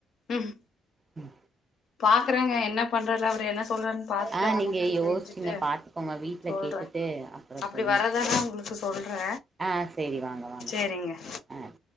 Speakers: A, on the left; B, on the right.
A: உஹம்
B: உம்
A: பாக்குறேங்க என்ன பண்றாரு அவரு என்ன சொல்றாருன்னு பாத்துட்டு
B: ஆஹ்
A: அந்த
B: நீங்க
A: மாதிரி
B: யோசிச்சீங்க
A: செஞ்சுட்டு
B: பாத்துக்கோங்க வீட்டுல
A: சொல்றே
B: கேட்டுட்டு அப்புறம்
A: அப்டி
B: சொல்லுங்க
A: வரதானா உங்களுக்கு சொல்றே
B: ஆஹ் சரி வாங்க வாங்க
A: சேரிங்க
B: ஆஹ்